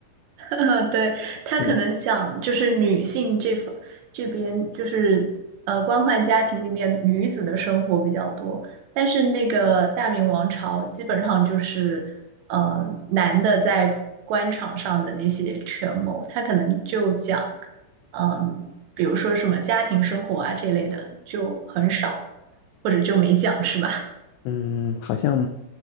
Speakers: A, on the right; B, on the left.
A: <laughs> 嗯，对，他可能讲就是女性这方这边就是呃官宦家庭里面女子的生活比较多，
B: 对，
A: 但是那个大明王朝基本上就是呃男的在官场上的那些权谋，他可能就讲嗯、比如说什么家庭生活啊这类的就很少，或者就没讲是吧？
B: 嗯，好像